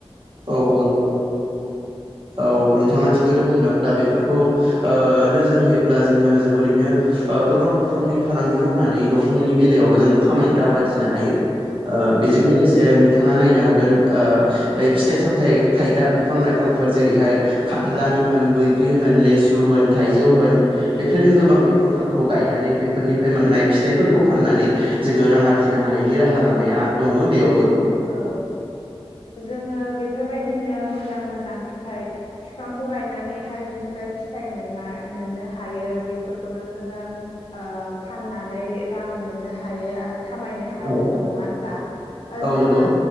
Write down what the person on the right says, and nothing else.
औ नंगौ औ नोंथाङा थिकखोनो बुंदों दा बेफोरखौ ओ नोजोर होयोब्ला जोङो जोबोरैनो ओ गोबां बिफांनि फालांगि मावनानै दंफांनि बेलायावबो जों खामाय रां आरजिनो हायो ओ
बेजों लोगोसे नोंथां नोंथाङा नायनो हागोन ओ फिथाइ सामथाय थायग्रा बिफां लाइफांफोर जेरैहाय खान्थालानो होन बैग्रि होन लेसु होन थाइजौ होन बेफोरजों गोबां बिफांफोरखौ गायनानै बेफोरनिफ्राय मोननाय फिथाइफोरखौ फाननानै जोङो रां आरजिनो हानायनि राहा लामाया दङ बेयावबो
औ
औ
नंगौ